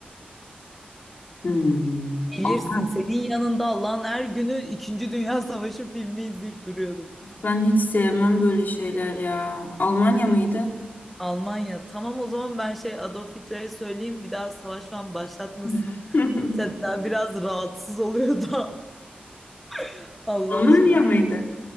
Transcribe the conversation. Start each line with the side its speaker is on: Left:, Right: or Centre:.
Left: Hmm.
Centre: Bilirsin
Left: Al-
Centre: senin yanında Allah'ın her günü İkinci Dünya Savaşı filmi izleyip duruyordum.
Left: Ben hiç sevmem böyle şeyler ya. Almanya mıydı?
Centre: Almanya. Tamam o zaman ben şey Adolf Hitler'e söyleyeyim bir daha savaş falan başlatmasın.
Left: <laughs>
Centre: Seda biraz rahatsız oluyor da <laughs> Allah
Left: Almanya
Centre: aşkına.
Left: mıydı?